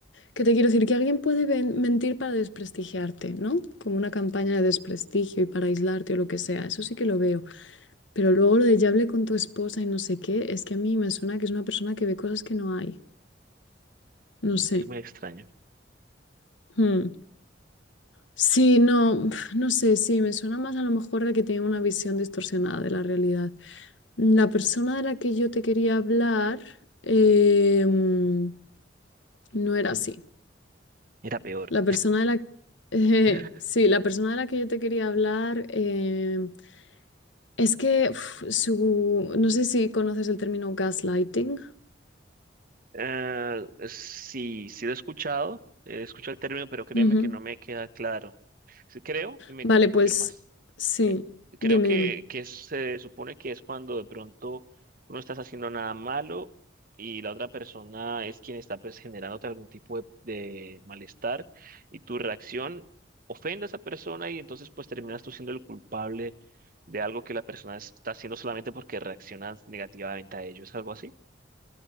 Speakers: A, on the left (about 85°); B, on the right (about 50°).
A: Que te quiero decir que alguien puede ven- mentir para desprestigiarte, ¿no? Como una campaña de desprestigio y para aislarte o lo que sea, eso sí que lo veo. Pero luego lo de ya hablé con tu esposa y no sé qué, es que a mí me suena que es una persona que ve cosas que no hay. No
B: ¿no?
A: sé.
B: Es muy extraño.
A: Hmm. Sí, no, <sighs> no sé, sí, me suena más a lo mejor de que tiene una visión distorsionada de la realidad. La persona de la que yo te quería hablar eh, mm, no era así.
B: Era peor.
A: La persona de la... <laughs>
B: <laughs>
A: sí, la persona de la que yo te quería hablar eh, es que uf, su... No sé si conoces el término gaslighting.
B: Eh, sí, sí lo he escuchado, he escuchado el término, pero créeme
A: Ujú.
B: que no me queda claro. Sí, creo, y me,
A: Vale,
B: me
A: pues
B: confirmas,
A: sí,
B: eh, creo
A: dime,
B: que,
A: dime.
B: que se supone que es cuando de pronto tú no estás haciendo nada malo y la otra persona es quien está pues, generándote algún tipo de, de malestar y tu reacción ofende a esa persona y entonces pues terminas tú siendo el culpable de algo que la persona está haciendo solamente porque reaccionas negativamente a ello. ¿Es algo así?